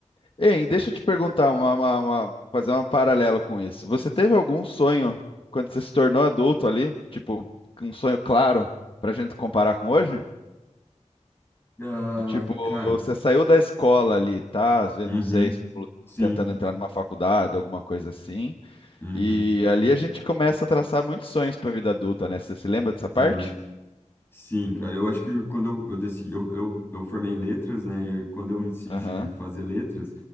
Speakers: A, on the left; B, on the left.
A: Ei, deixa eu te perguntar uma, uma- uma- fazer um paralelo com isso. Você teve algum sonho quando você se tornou adulto ali? Tipo, um sonho claro pra gente comparar com hoje?
B: Ah,
A: Do tipo,
B: cara,
A: você saiu da escola ali, tá? Às vezes,
B: uhum,
A: não sei, estimula-
B: sim,
A: tentando entrar numa faculdade, alguma coisa assim.
B: uhum,
A: E ali a gente começa a traçar muitos sonhos pra vida adulta, né? Você se lembra dessa parte?
B: sim, sim, cara, eu acho que quando eu, eu decidi, eu, eu, eu formei em letras, né, e quando eu me decidi
A: Aham,
B: fazer letras,